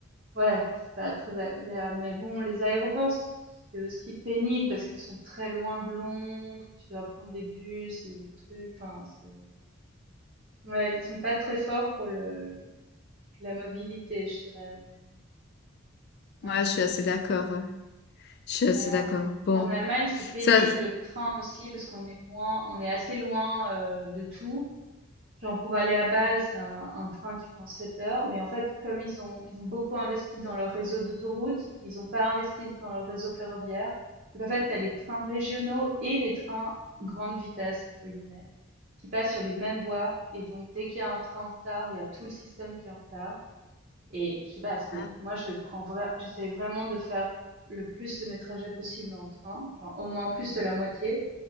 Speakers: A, on the right; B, on the left.
A: Ouais, c'est pas très agréable, mais bon, les aéroports, c'est aussi pénible parce qu'ils sont très loin de Londres, tu dois prendre des bus et des trucs, enfin, c'est... Ouais, ils sont pas très forts pour le la mobilité, je dirais, mais ouais.
B: Ouais, je suis assez d'accord. Je suis
A: Mais
B: assez d'accord.
A: en,
B: Bon,
A: en Allemagne, c'est pénible
B: ça,
A: le train aussi parce qu'on est loin, on est assez loin euh, de tout. Genre pour aller à Bâle, c'est un, un train qui prend sept heures, mais en fait, comme ils ont ils ont beaucoup investi dans leur réseau d'autoroutes, mais ils n'ont pas investi dans leur réseau ferroviaire. Donc en fait, t'as les trains régionaux et les trains grande vitesse entre guillemets qui passent sur les mêmes voies et donc dès qu'il y a un train en retard, il y a tout le système qui est en retard. Et je sais pas, c'est
B: ah,
A: moi je le prends vrai, j'essaie vraiment de faire le plus de mes trajets possible en train, genre au moins plus de la moitié